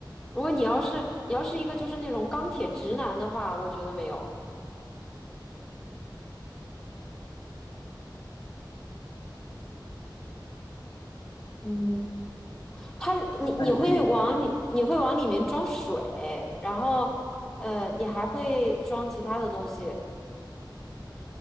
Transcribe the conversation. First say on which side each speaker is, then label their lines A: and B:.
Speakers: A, in the centre; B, on the left.
A: 如果你要是你要是一个就是那种钢铁直男的话，我觉得没有。嗯，他你你会往里你会往里面装水，
B: 那你可以
A: 然后呃你还会装其他的东西，